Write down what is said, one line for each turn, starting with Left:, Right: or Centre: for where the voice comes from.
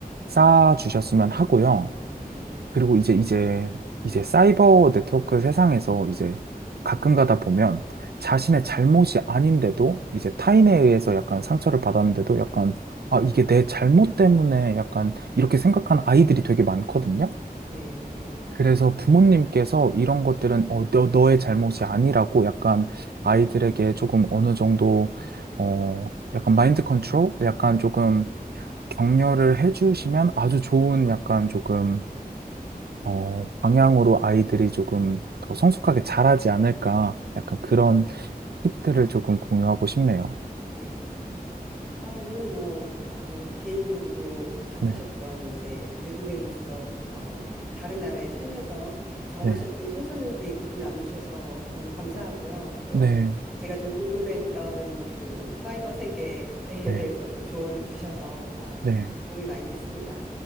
Right: 쌓아주셨으면 하고요.
Centre: 네,
Right: 그리고 이제 이제 이제 사이버 네트워크 세상에서 이제 가끔 가다 보면 자신의 잘못이 아닌데도 이제 타인에
Centre: 네,
Right: 의해서 약간 상처를 받았는데도 약간 아 이게 내 잘못 때문에 약간 이렇게 생각하는 아이들이 되게 많거든요.
Centre: 네,
Right: 그래서 부모님께서 이런 것들은 어, 너, 너의 잘못이 아니라고 약간 아이들에게
Centre: 음,
Right: 조금 어느 정도 어 약간 마인드 컨트롤 약간 조금 격려를 해주시면 아주 좋은 약간 조금 어, 방향으로 아이들이 조금 더 성숙하게 자라지 않을까 약간
Centre: 네,
Right: 그런 팁들을 조금 공유하고 싶네요.
Centre: 네. 아, 오늘 뭐, 어, 개인적으로 겪으셨던
Right: 네,
Centre: 이제 외국인으로서, 어, 다른 나라에 살면서 경험하셨던
Right: 네,
Centre: 청소년기 얘기도 나누셔서 너무 감사하고요. 또
Right: 네,
Centre: 제가 좀 궁금했던 그 사이버 세계에 <laughs>
Right: 네,
Centre: 대해서도 조언을 주셔서, 아,
Right: 네.
Centre: 정말 도움이 많이 됐습니다.